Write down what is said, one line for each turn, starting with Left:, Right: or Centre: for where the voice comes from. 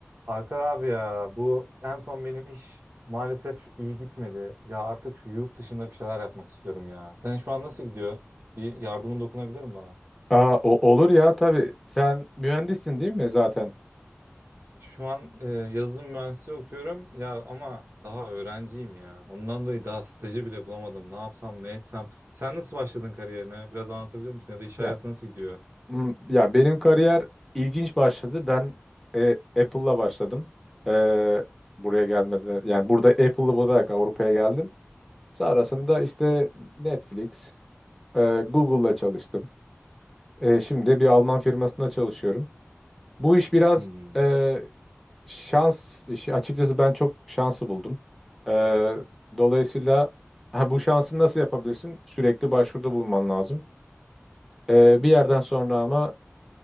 Right: Alper abi ya bu en son benim iş maalesef iyi gitmedi. Ya artık şu yurt dışında bir şeyler yapmak istiyorum ya. Senin şu an nasıl gidiyor? Bir yardımın dokunabilir mi bana?
Centre: Aa, o- olur ya tabii. Sen mühendissin değil mi zaten?
Right: Şu an e, yazılım mühendisliği okuyorum ya ama daha öğrenciyim ya. Ondan dolayı daha stajı bile bulamadım. Ne yapsam ne etsem. Sen nasıl başladın kariyerine? Biraz anlatabilir misin? Ya da iş
Centre: Ya
Right: hayatı nasıl gidiyor?
Centre: m- ya benim kariyer ilginç başladı. Ben e, Apple'la başladım. E, buraya gelmeden yani burada Apple'lı olarak Avrupa'ya geldim. Sonrasında işte Netflix, e, Google'la çalıştım. E, şimdi de bir Alman firmasında çalışıyorum. Bu iş biraz
Right: Hmm.
Centre: e, şans işi. Açıkçası ben çok şansı buldum. E, dolayısıyla ha, bu şansı nasıl yapabilirsin? Sürekli başvuruda bulunman lazım. Ee, bir yerden sonra ama